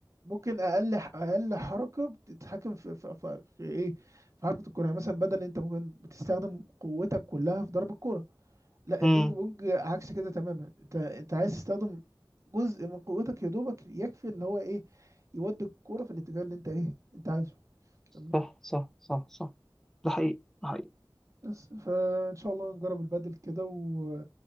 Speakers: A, on the right (about 40°); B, in the centre.
A: ممكن اقل اقل حركه بتتحكم في في, في, في ايه في حركه الكوره يعني مثلا بدل انت ممكن بتستخدم قوتك كلها في ضرب الكوره لا
B: امم.
A: البينج بونج عكس كده تماما انت انت عايز تستخدم جزء من قوتك يا دوبك يكفي اللي هو ايه يودي الكوره في الاتجاه اللي انت ايه انت عايزه فاهمني
B: صح صح صح صح ده حقيقي ده حقيقي
A: بس فان شاء الله نجرب البادل كده و...